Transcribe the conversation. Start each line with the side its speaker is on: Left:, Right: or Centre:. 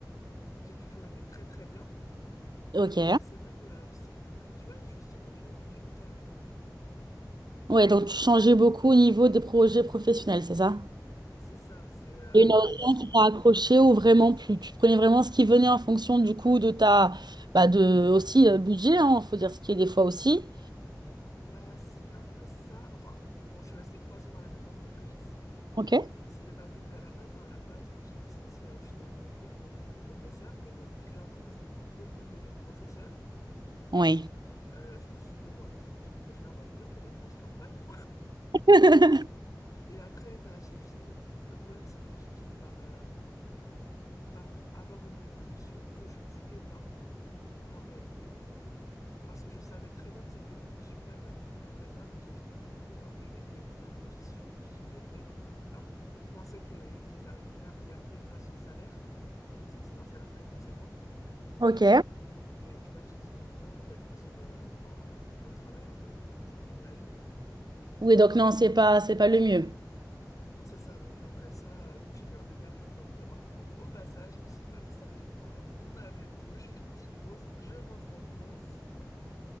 Left: j'ai toujours été très, très bien.
Right: Ok.
Left: Mais c'est vrai que euh, c'est, que- tu vois, je sautais d'une opportunité à l'autre.
Right: Ouais, donc tu changeais beaucoup au niveau des projets professionnels, c'est ça?
Left: C'est ça, c'est euh,
Right: Et une
Left: bah,
Right: option
Left: di-
Right: qui t'a accroché ou vraiment plus. Tu prenais vraiment ce qui venait en fonction du coup de ta bah de aussi euh, budget, hein, faut dire ce qui est des fois aussi.
Left: bah c'était un peu ça. Enfin, bon, je suis restée trois ans dans la même entreprise.
Right: Ok.
Left: C'était pas prévu à la base. hein. À la base, moi, j'étais censée euh, finir mon truc pour devenir professeur. Mais bon, vu que l'entreprise payait beaucoup mieux qu'être professeur,
Right: Oui.
Left: euh, je me suis dit, bon, ouais, ce, ce projet-là, on va peut-être le mettre en stand-by. hein.
Right: <laughs>
Left: <laughs> Et après, bah, j'ai fini. Le problème, c'est que j'ai fini par, euh, par avoir une évolution que je ne voulais pas, en réalité. Parce que je savais très bien que cette évolution-là ne me conviendrait pas, mais j'ai fini par être convaincue et au final, quand j'y suis, j'y étais. Alors, ils pensaient que, qu'ils arriveraient à me garder grâce au salaire, parce que c'est un salaire très conséquent.
Right: Ok.
Left: Et au final, j'ai dit non, en fait, parce que euh, enfin, le travail est en train de me pourrir la vie.
Right: Oui, donc non, c'est pas, c'est pas le mieux.
Left: C'est ça, donc après ça, euh, vu que j'ai eu un dégât des eaux dans mon appartement, au passage, je me suis dit, bah vous savez quoi, on arrête tout, je fais une petite pause, je rentre en France,